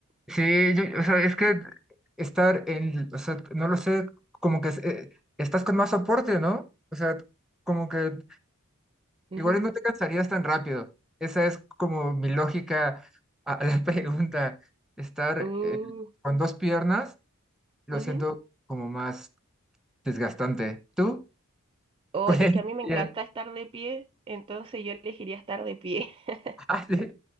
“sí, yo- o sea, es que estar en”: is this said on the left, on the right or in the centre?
Centre